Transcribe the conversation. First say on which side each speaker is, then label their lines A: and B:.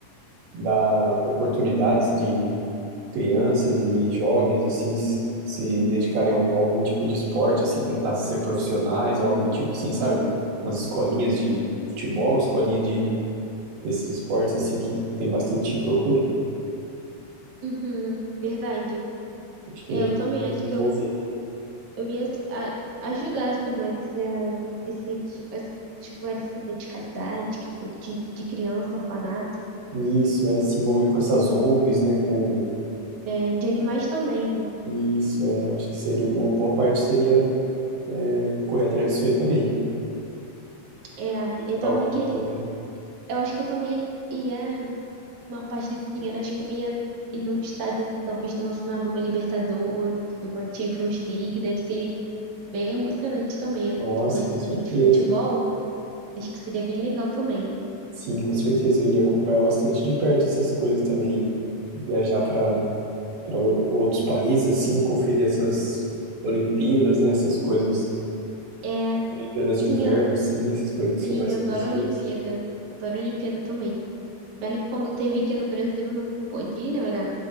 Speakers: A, on the right; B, on the right.
A: dar oportunidades de crianças e jovens, assim, s- se dedicarem a, um- a algum tipo de esporte, assim, tentar ser profissionais ou algo do tipo, assim, sabe? Umas escolinhas de futebol, escolinha de, desses esportes, assim, que, que tem bastante procura.
B: Uhum, verdade.
A: Acho que
B: É,
A: ia
B: eu
A: me
B: também
A: envolver.
B: acho que eu, eu ia assim, a- ajudar, assim, mas é, esses, esses lugares assim, né, de caridade, que cuida de, de criança, orfanato, né?
A: Isso, é se envolver com essas ONGs, né? Com
B: É, de animais também, né?
A: Isso, é, eu acho que seria uma boa parte seria é, correr atrás disso aí também,
B: É,
A: dedicar
B: eu também
A: alguma
B: queria.
A: coisa.
B: Eu acho que eu também ia. uma parte desse dinheiro acho que eu ia ir num estádio, assim, talvez numa final de uma Libertadores, de uma Champions League, deve ser bem emocionante também. Eu
A: Nossa,
B: que gosto,
A: com
B: assim,
A: certeza.
B: de futebol, acho que seria bem legal também.
A: Sim, com certeza eu iria acompanhar bastante de perto essas coisas também. Viajar para para outros países assim, conferir essas Olimpíadas, né, essas coisas,
B: É,
A: Olimpíadas
B: sim,
A: de inverno
B: a-
A: assim, essas coisas que
B: sim,
A: são mais exclusivas.
B: adoro a Olimpíada, adoro a Olimpíada também. Pena que quando teve aqui no Brasil eu não pude ir, né? Eu era,